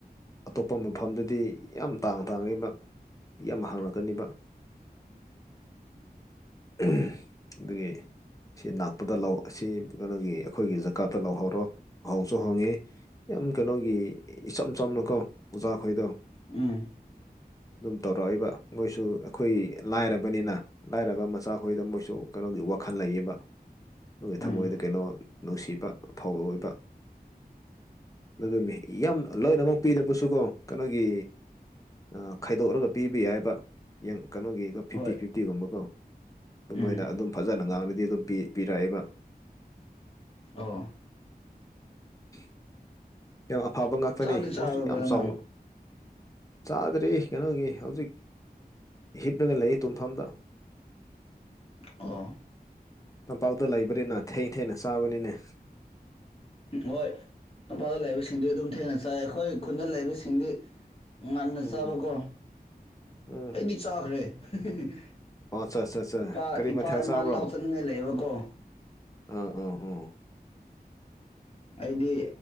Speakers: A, on the left; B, on the left.
A: ꯑꯇꯣꯞꯄ ꯃꯐꯝꯗꯗꯤ ꯌꯥꯝ ꯇꯥꯡ ꯇꯥꯡꯉꯦꯕ ꯌꯥꯝ ꯍꯪꯔꯛꯀꯅꯤꯕ
B: <inaudible>
A: ꯎꯝ ꯑꯗꯨꯒꯤ ꯁꯤ ꯅꯛꯄꯗ ꯂꯧ ꯑꯁꯤ ꯀꯩꯅꯣꯒꯤ ꯑꯈꯣꯏꯒꯤ ꯖꯒꯥꯥꯗ ꯂꯧꯍꯧꯔꯣ ꯍꯣꯡꯁꯨ ꯍꯣꯡꯉꯤ ꯌꯥꯝ ꯀꯩꯅꯣꯒꯤ ꯏꯆꯝ ꯆꯝꯅꯀꯣ ꯑꯣꯖꯥꯈꯣꯏꯗꯣ
B: ꯎꯝ
A: ꯑꯗꯨꯝ ꯇꯧꯔꯛꯏꯕ ꯃꯣꯏꯁꯨ ꯑꯩꯈꯣꯏ ꯂꯥꯏꯔꯕꯅꯤꯅ ꯂꯥꯏꯔꯕ ꯃꯆꯥꯈꯣꯏꯗ ꯃꯣꯏꯁꯨ ꯀꯩꯅꯣꯒꯤ ꯋꯥꯈꯜ ꯂꯩꯌꯦꯕ <unintelligible>
B: ꯎꯝ
A: ꯊꯃꯣꯏꯗ ꯀꯩꯅꯣ ꯅꯨꯡꯁꯤꯕ ꯐꯥꯎꯋꯦꯕ ꯑꯗꯨ ꯃꯤ ꯌꯥꯝ ꯂꯣꯏꯅꯃꯛ ꯄꯤꯗꯕꯁꯨꯀꯣ ꯀꯅꯣꯒꯤ ꯑꯥ ꯈꯥꯏꯗꯣꯛꯔꯒ ꯄꯤꯕ ꯌꯥꯏꯕ ꯌꯦꯡ ꯀꯅꯣꯒꯤꯒ ꯐꯤꯞꯇꯤ
B: ꯍꯣꯏ
A: ꯐꯤꯐꯇꯤꯒꯨꯝꯕꯀꯣ ꯑꯗꯨ
B: ꯎꯝ
A: ꯃꯣꯏꯅ ꯑꯗꯨꯝ ꯐꯖꯅ ꯉꯥꯡꯔꯗꯤ ꯑꯗꯨꯝ ꯄꯤ ꯄꯤꯔꯛꯑꯦꯕ
B: ꯑꯣ
A: <inaudible> ꯌꯥꯝ ꯑꯐꯕ ꯉꯥꯛꯇꯅꯤ
B: ꯆꯥꯛꯇꯤ ꯆꯥꯔꯕ꯭ꯔꯥ
A: ꯃꯣꯏꯁꯨ ꯌꯥꯝ
B: ꯅꯪ
A: ꯆꯥꯎ ꯆꯥꯗ꯭ꯔꯔ ꯀꯩꯅꯣꯒꯤ ꯍꯧꯖꯤꯛ ꯍꯤꯞꯔꯒ ꯂꯩꯌꯦ ꯇꯨꯝꯐꯝꯗ
B: ꯑꯣ
A: ꯇꯝꯄꯥꯛꯇ ꯂꯩꯕꯅꯤꯅ ꯊꯦꯡ ꯊꯦꯡꯅ ꯆꯥꯕꯅꯤꯅꯦ
B: ꯍꯣꯏ ꯇꯝꯄꯥꯛꯇ ꯂꯩꯕꯁꯤꯡꯗꯤ ꯑꯗꯨꯝ ꯊꯦꯡꯅ ꯆꯥꯏ ꯑꯩꯈꯣꯏ ꯈꯨꯟꯗ ꯂꯩꯕꯁꯤꯡꯗꯤ ꯉꯟꯅ
A: ꯎꯝ
B: ꯆꯥꯕꯀꯣ
A: ꯎꯝ
B: ꯑꯩꯗꯤ ꯆꯥꯈ꯭ꯔꯦ <unintelligible>
A: ꯑꯣ ꯑꯠꯆꯥ ꯑꯠꯆꯥ ꯑꯠꯆꯥ
B: ꯏꯄꯥ
A: ꯀꯔꯤ
B: ꯏꯄꯥ
A: ꯃꯊꯦꯜ
B: ꯏꯃꯥ
A: ꯆꯥꯕ꯭ꯔꯣ
B: ꯂꯧ ꯆꯠꯅꯤꯡꯉꯥꯏ ꯂꯩꯕꯀꯣ
A: ꯑꯥ ꯑꯥ ꯑꯣ
B: ꯑꯩꯗꯤ